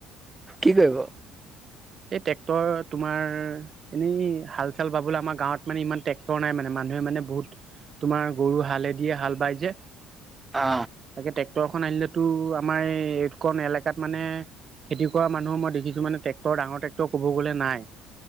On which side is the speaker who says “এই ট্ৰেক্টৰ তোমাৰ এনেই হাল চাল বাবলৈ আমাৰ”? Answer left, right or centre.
Right